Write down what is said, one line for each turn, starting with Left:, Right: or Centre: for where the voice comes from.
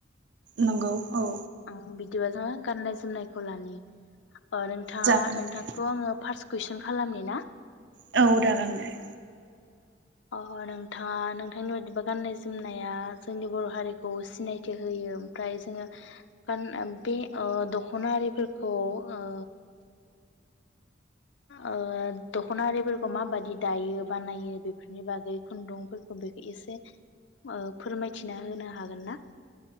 Right: नंगौ औ
Left: आं बिदिबा जोङो गाननाय जोमनायखौ लानि ओ नोंथाङा
Right: जागोन
Left: नो नोंथांखौ
Right: दे
Left: आङो फारस कुइसन खालामनि ना
Right: औ <unintelligible> गाननाय
Left: ओ अ नोंथाङा नोंथांनि बायदिबा गाननाय जोमनाया जोंनि बर हारिखौ सिनायथि होयो ओमफ्राय जोङो गान बे ओ दखना आरिफोरखौ ओ ओ दखना आरिफोरखौ माबादि दायो बानायो बेफोरनि बागै खुन्दुंफोरखौ बेखौ एसे ओ फोरमायथिना होनो हागोन ना